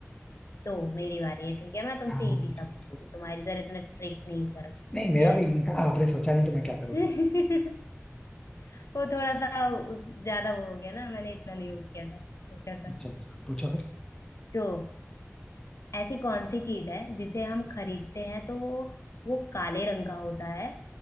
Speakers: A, on the left (about 70°); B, on the left (about 15°).
A: तो मेरी बारी है ठीक है मैं तुमसे
B: हाँ हाँ
A: इजी
B: पूछो
A: सा पूछती
B: पूछो
A: हूँ तुम्हारी तरह इतना ट्रिक नहीं करती
B: नहीं
A: ठीक
B: मेरा
A: है
B: भी इजी था आपने सोचा नहीं तो मैं क्या करूँ
A: <laughs>
B: फिर
A: वो थोड़ा सा ज्यादा वो हो गया ना मैंने इतना नहीं वो किया था सोचा था
B: अच्छा अच्छा पूछो फिर
A: तो ऐसी कौन सी चीज है जिसे हम खरीदते हैं तो वो वो काले रंग का होता है